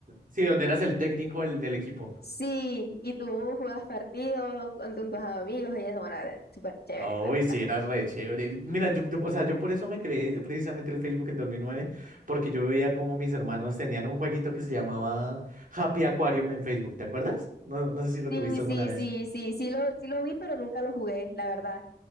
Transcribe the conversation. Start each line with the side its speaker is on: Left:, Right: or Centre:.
Right: Sí, donde eras el técnico, el del equipo.
Left: Sí, y tú jugabas partidos con con tus amigos y eso, bueno, era súper chévere,
Right: Uy,
Left: la verdad.
Right: sí, era re chévere. Mira, yo, yo- o sea, yo por eso me creé precisamente el Facebook en 2009, porque yo veía como mis hermanos tenían un jueguito que se llamaba Happy Aquarium en Facebook, ¿te acuerdas? No, no sé si lo
Left: Sí,
Right: tuviste alguna
Left: sí,
Right: vez.
Left: sí, sí, sí lo, sí lo vi, pero nunca lo jugué, la verdad.